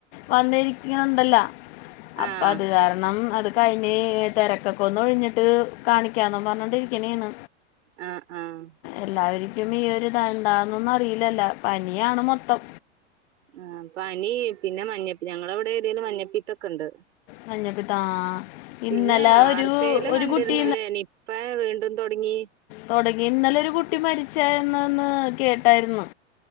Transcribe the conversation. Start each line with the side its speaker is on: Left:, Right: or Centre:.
Left: വന്നിരിക്ക്ന്ന്ണ്ടല്ലോ അപ്പ
Right: ആഹ്
Left: അത് കാരണം അത് കഴിഞ്ഞ് തെരക്കൊക്കെ ഒന്ന് ഒഴിഞ്ഞിട്ട് കാണിക്കാന്ന് പറഞ്ഞോണ്ടിരി ക്ക്ണേണ്
Right: ആഹ് ആഹ്
Left: എല്ലാവരിക്കും ഈ ഒരിത് എന്താന്നൊന്നും അറിയില്ലല്ലോ പനിയാണ് മൊത്തം
Right: ആഹ് പനി പിന്നെ മഞ്ഞപ്പി ഞങ്ങളെ ഇവിടെ ഏരിയല് മഞ്ഞപ്പിത്തൊക്കെണ്ട്
Left: മഞ്ഞപ്പിത്താ ഇന്നലെ
Right: പിന്നെ വാർത്തേല്
Left: ഒരു ഒരു
Right: കണ്ടിര്ന്നല്ലേ
Left: കുട്ടി
Right: നിപ്പ വീണ്ടും തോടങ്ങി
Left: തൊടങ്ങി ഇന്നലെ ഒരു കുട്ടി മരിച്ചായിന്ന്ന്ന് കേട്ടായിരുന്നു